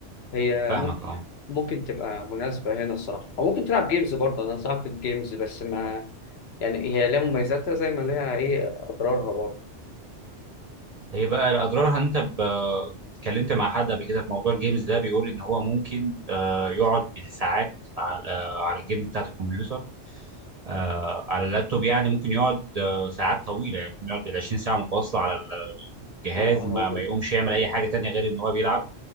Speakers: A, on the left; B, on the right.
A: هي
B: فاهمك
A: ممكن
B: أه
A: ممكن تبقى مناسبه هنا الصراحه او ممكن تلعب جيمز برضه انا صعب في الجيمز بس ما يعني هي لها مميزاتها زي ما لها ايه اضرارها برضه
B: هي بقى اضرارها ان انت ب... كنت اتكلمت مع حد قبل كده في موضوع الجيمز ده بيقول ان هو ممكن آه، يقعد بالساعات على, آه، على الجيمز بتاعت الكمبيوتر آه، على اللابتوب يعني ممكن يقعد آه، ساعات طويله يعني ممكن يقعد بال 20 ساعه متواصله على الجهاز
A: ما هو
B: ما, ما يقومش يعمل اي حاجه تانية غير ان هو بيلعب